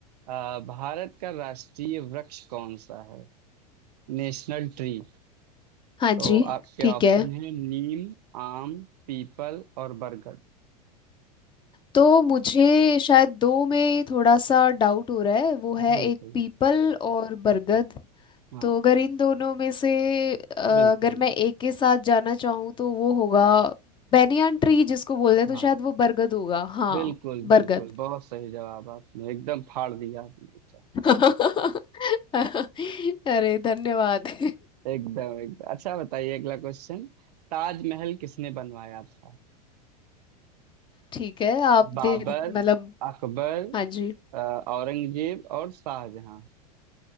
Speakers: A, on the right (about 75°); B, on the left (about 25°).
A: अ, भारत का राष्ट्रीय वृक्ष कौन सा है नेशनल ट्री
B: हाँ
A: तो
B: जी
A: आपके
B: ठीक
A: ऑप्शन
B: है
A: है नीम आम पीपल और बरगद
B: तो मुझे शायद दो में थोड़ा सा डाउट हो रहा है वो है
A: बिल्कुल
B: एक पीपल और बरगद
A: हाँ
B: तो अगर इन दोनों में से अ,
A: बिल्कुल
B: अगर मैं एक के साथ जाना चाहूँ तो वो होगा बेनियन ट्री जिसको बोलते हैं तो
A: हाँ
B: शायद वो बरगद होगा हाँ
A: बिल्कुल
B: बरगद
A: बिल्कुल बहुत सही जवाब आपने एकदम फाड़ दिया आपने अच्छा
B: <laughs> अरे धन्यवाद <laughs>
A: एकदम एकदम अच्छा बताइए अगला क्वेश्चन ताजमहल किसने बनवाया था
B: ठीक है आप
A: बाबर
B: दे मतलब
A: अकबर
B: हाँ जी
A: अ, औरंगजेब और शाहजहां